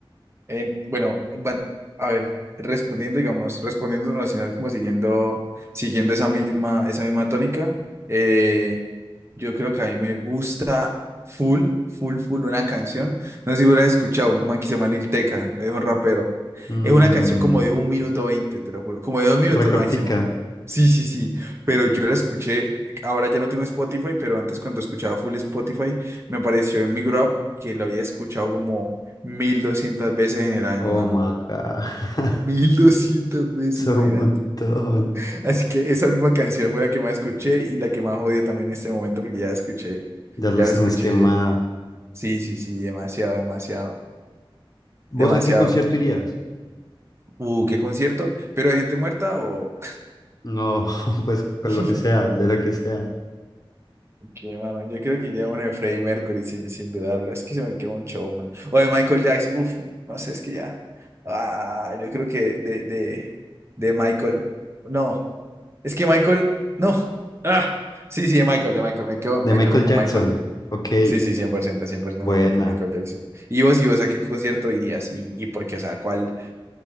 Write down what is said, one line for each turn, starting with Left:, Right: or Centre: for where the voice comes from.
Right: Eh, bueno, bueno, a ver, respondiendo, digamos, respondiendo en nacional como siguiendo, siguiendo esa misma, esa misma tónica, eh, yo creo que a mí me gusta full, full, full una canción. No sé si hubiera escuchado, un man que se llama Lil Tecca, es un rapero.
Left: Mm.
Right: Es una canción como de un minuto veinte, te lo juro, como de dos minutos
Left: Recortica.
Right: máximo. Sí, sí, sí, pero yo la escuché, ahora ya no tengo Spotify, pero antes cuando escuchaba full Spotify, me apareció en mi Grab que lo había escuchado como 1200 veces en el año,
Left: Oh
Right: mano.
Left: my God. <laughs>
Right: 1200 veces,
Left: Son
Right: imagínate.
Left: un montón.
Right: Así que esa misma canción fue la que más escuché y la que más odio también en este momento porque ya la escuché.
Left: Ya las
Right: Ya la
Left: tenés
Right: escuché.
Left: quemada.
Right: Sí, sí, sí, demasiado, demasiado,
Left: ¿Vos
Right: demasiado.
Left: a qué concierto irías?
Right: Uh, qué concierto. ¿Pero de gente muerta o...?
Left: No, <laughs> pues con
Right: <laughs>
Left: lo que sea, de lo que sea.
Right: Qué, mano. Yo creo que iría a uno de Freddie Mercury sin, sin dudarlo. Es que se me quedó un showman. O de Michael Jackson. Uf, no sé, es que ya. Ah, yo creo que de, de, de Michael. No. Es que Michael, no. Ah, sí, sí, de Michael, de Michael. Me quedo,
Left: De
Right: me
Left: Michael
Right: quedo con
Left: Jackson.
Right: Michael.
Left: Ok,
Right: Sí, sí, cien cien por ciento, cien por ciento
Left: buena.
Right: me quedo con Michael Jackson. ¿Y vos, y vos, a qué concierto irías? ¿Y, y por qué? O sea, ¿cuál?